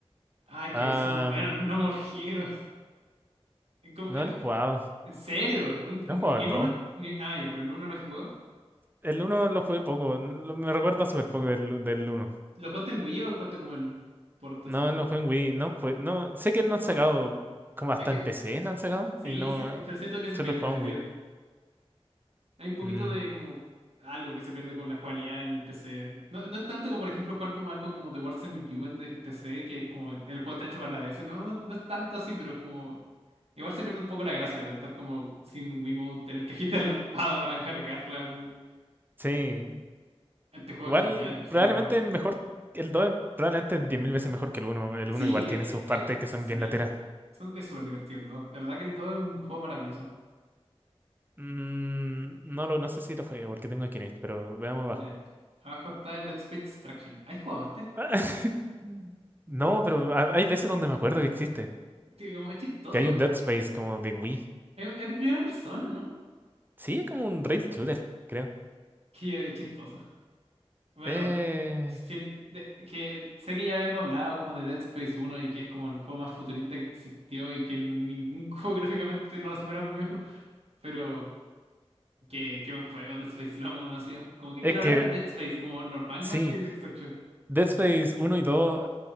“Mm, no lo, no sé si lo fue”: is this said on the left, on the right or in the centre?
Right